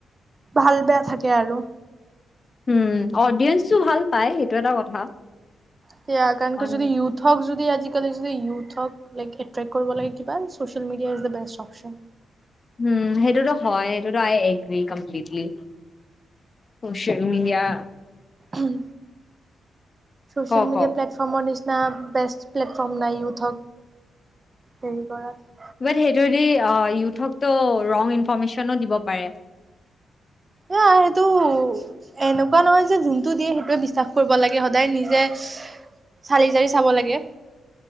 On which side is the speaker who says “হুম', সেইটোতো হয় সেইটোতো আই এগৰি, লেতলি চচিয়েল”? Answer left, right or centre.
Left